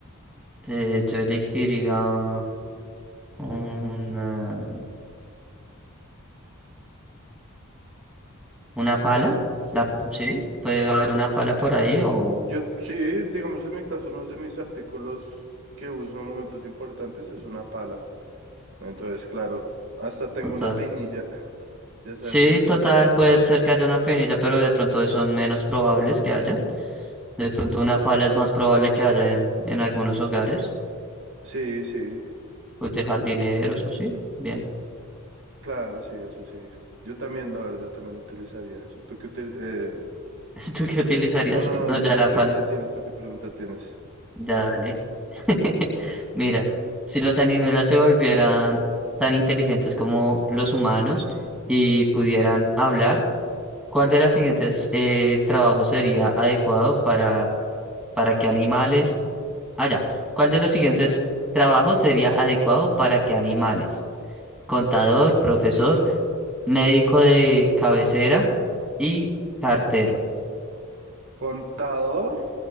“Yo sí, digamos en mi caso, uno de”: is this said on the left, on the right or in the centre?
Right